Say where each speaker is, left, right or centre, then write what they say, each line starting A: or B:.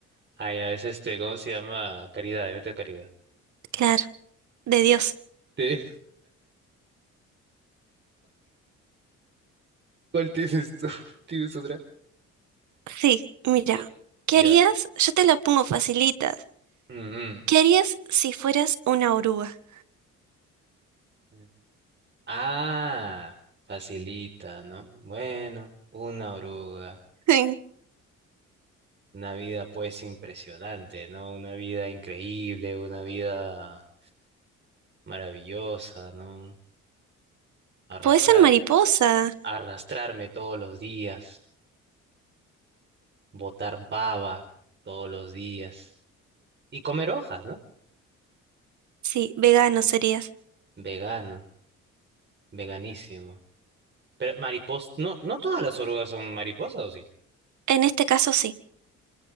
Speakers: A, on the right (about 35°); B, on the right (about 70°).
A: Ah, ya, es este, ¿cómo se llama? Caridad, evento de caridad.
B: Claro, de Dios.
A: ¿Te- ¿Cuál tienes tú? <laughs> ¿Tienes otra?
B: Sí, mira,
A: No,
B: ¿qué
A: Ya.
B: harías? Yo te la pongo facilita.
A: Mm,
B: ¿Qué harías si fueras una oruga?
A: mm. Ah, facilita, ¿no? Bueno, una oruga,
B: <laughs>
A: una vida pues impresionante, ¿no? Una vida increíble, una vida maravillosa, ¿no? Arrastrar,
B: Podés ser mariposa.
A: arrastrarme todos los días, botar baba todos los días y comer hojas, ¿no?
B: Sí, vegano serías.
A: Vegano, veganísimo. Pero mariposa, no, no todas las orugas son mariposas, ¿o sí?
B: En este caso sí,